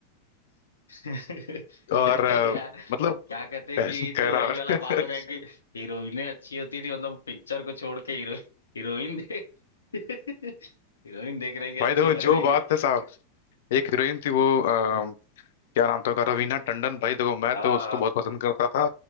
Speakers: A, on the left; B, on the left.
A: है। <laughs>
B: और
A: अरे
B: अ,
A: यार
B: मतलब
A: क्या कहते हैं
B: कह
A: कि ये तो
B: रहा
A: वही वाला
B: <laughs>
A: बात हो गया कि हीरोइनें अच्छी होती थी मतलब पिक्चर को छोड़ के हीरो हीरोइन दे <laughs> हीरोइन देख रही कि अच्छी
B: भाई देखो
A: लग
B: जो
A: रही
B: बात
A: कि-
B: है साहब एक हीरोइन थी वो अ, क्या नाम था उसका रवीना टंडन भाई देखो मैं
A: हाँ
B: तो उसको
A: हाँ
B: बहुत पसंद करता था